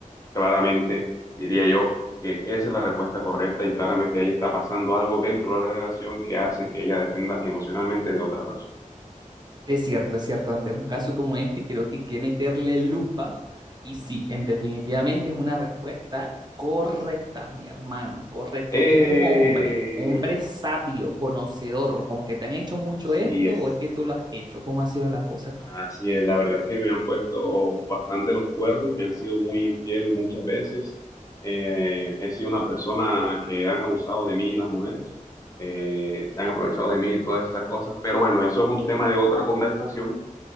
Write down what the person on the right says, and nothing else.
Es cierto, es cierto. Ante un caso como este, creo que hay que meterle lupa. Y sí, en definitivamente es una respuesta correcta, mi hermano. Correcto.
Usted es un hombre, hombre sabio, conocedor. Como que te han hecho mucho
esto
o es que tú lo has hecho. ¿Cómo ha sido la cosa aquí?